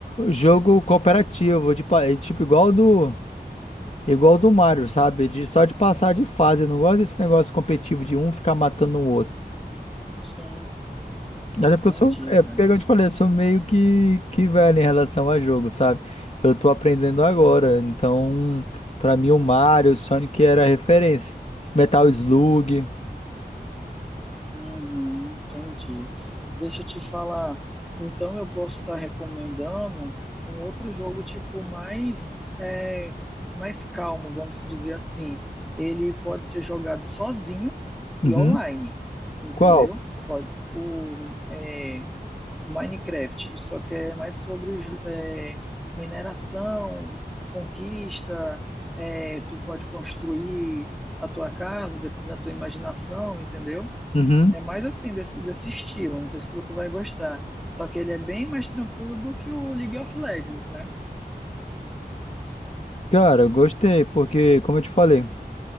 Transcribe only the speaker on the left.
jogo cooperativo, de pa- tipo, igual do. Igual o do Mario, sabe? De, só de passar de fase. Eu não gosto desse negócio competitivo de um ficar matando o outro.
Até
porque eu sou, é,
porque como eu te falei, eu sou meio que, que velho em relação a jogo, sabe? Eu tô aprendendo agora. Então, pra mim, o Mario, o Sonic era a referência. Metal Slug.
Uhum.
Qual?
Uhum.
Cara, eu gostei, porque, como eu te falei,